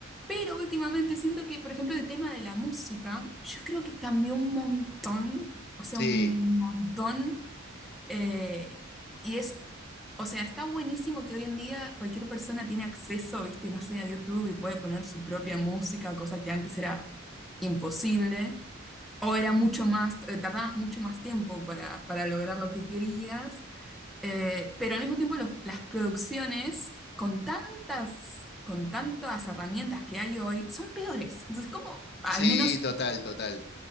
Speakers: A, in the centre; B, on the left.
A: pero últimamente siento que, por ejemplo, el tema de la música, yo creo que cambió un montón, o sea,
B: Sí,
A: un montón, eh, y es, o sea, está buenísimo que hoy en día cualquier persona tiene acceso, viste, no sé, a YouTube y puede poner su propia música, cosa que antes era imposible. O era mucho más, eh, tardabas mucho más tiempo para, para lograr lo que querías, eh, pero al mismo tiempo los- las producciones con tantas, con tantas herramientas que hay hoy son peores. Entonces, como, al
B: sí,
A: menos
B: total, total.